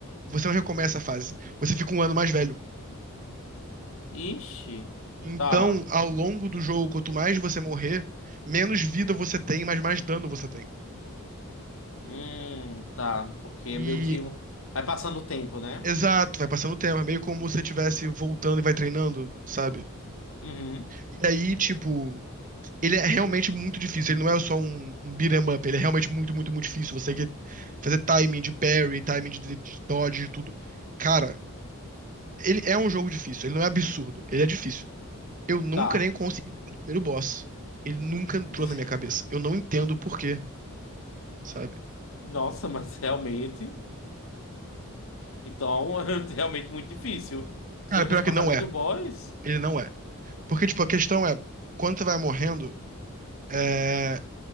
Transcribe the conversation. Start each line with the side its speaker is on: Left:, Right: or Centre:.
Right: você não recomeça a fase. Você fica um ano mais velho.
Left: Ixi.
Right: Então,
Left: Tá.
Right: ao longo do jogo, quanto mais você morrer, menos vida você tem, mas mais dano você tem.
Left: Hum, tá. Porque é
Right: E
Left: meio que... um- Vai passando o tempo, né?
Right: exato, vai passando o tempo, é meio como se você estivesse voltando e vai treinando, sabe?
Left: Uhum.
Right: E aí, tipo, Ele é realmente muito difícil. Ele não é só um, um beat 'em up. Ele é realmente muito, muito, muito difícil. Você tem que fazer timing de parry, timing de, de dodge, de tudo. Cara, ele é um jogo difícil. Ele não é absurdo. Ele é difícil. Eu nunca
Left: Tá.
Right: nem consegui pegar o primeiro boss. Ele nunca entrou
Left: <laughs>
Right: na minha cabeça. Eu não entendo o porquê, sabe?
Left: Nossa, mas realmente... Então, <laughs> é realmente muito difícil. Você
Right: Cara,
Left: não
Right: pior
Left: consegue
Right: que
Left: passar
Right: não
Left: nem
Right: é.
Left: do boss?
Right: Ele não é. Porque, tipo, a questão é, quando você vai morrendo, é,